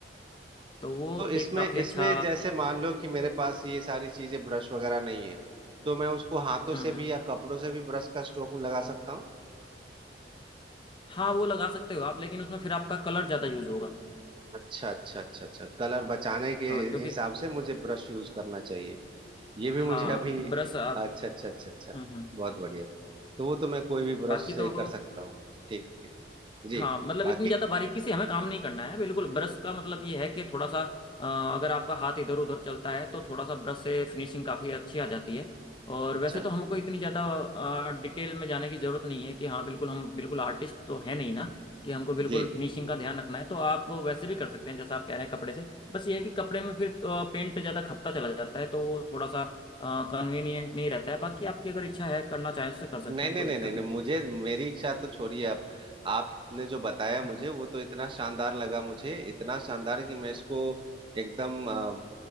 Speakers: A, on the left (about 25°); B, on the right (about 30°).
A: तो वो
B: तो इसमें
A: एक काफ़ी अच्छा
B: इसमें जैसे मान लो कि मेरे पास ये सारी चीजें ब्रश वगैरह नहीं है तो मैं उसको हाथों
A: हम्म
B: से भी
A: हम्म
B: या कपड़ों से भी ब्रश का स्ट्रोक लगा सकता हूँ
A: हाँ वो लगा सकते हो आप लेकिन उसमें फिर आपका कलर ज़्यादा यूज़ होगा
B: अच्छा अच्छा अच्छा अच्छा कलर बचाने के
A: हाँ क्योंकि
B: हिसाब से मुझे ब्रश यूज करना चाहिए ये भी
A: हाँ
B: मुझे अभी
A: ब्रश आप
B: अच्छा अच्छा अच्छा अच्छा
A: हम्म हम्म
B: बहुत बढ़िया तो वो तो मैं कोई भी ब्रश
A: बाकी
B: से
A: तो
B: कर सकता हूँ ठीक ठीक जी
A: हाँ मतलब
B: बाकी
A: इतनी ज्यादा बारीकी से हमें काम नहीं करना है बिल्कुल ब्रश का मतलब ये है कि थोड़ा सा अ, अगर आपका हाथ इधर उधर चलता है तो थोड़ा सा ब्रश से फिनिशिंग काफी अच्छी आ जाती है और वैसे
B: अच्छा
A: तो हमको इतनी ज्यादा डिटेल में जाने की जरूरत नहीं है कि हाँ बिल्कुल हम बिल्कुल आर्टिस्ट तो है नहीं ना कि हमको बिल्कुल
B: जी
A: फिनिशिंग का ध्यान रखना है तो आप वैसे भी कर सकते हैं जैसा आप कह रहे हैं कपड़े से बस ये है कि कपड़े में फिर पेंट ज्यादा खपता चला जाता है तो वो थोड़ा सा कन्वीनियंट नहीं रहता है बाकी आपकी अगर इच्छा है करना चाहें तो कर सकते
B: नहीं
A: हैं
B: नहीं
A: कोई
B: नहीं
A: दिक्कत
B: नहीं नहीं,
A: नहीं है
B: मुझे मेरी इच्छा तो छोड़िए अब आपने जो बताया मुझे
A: हाँ
B: वो तो इतना शानदार लगा मुझे इतना शानदार कि मैं इसको एकदम अ,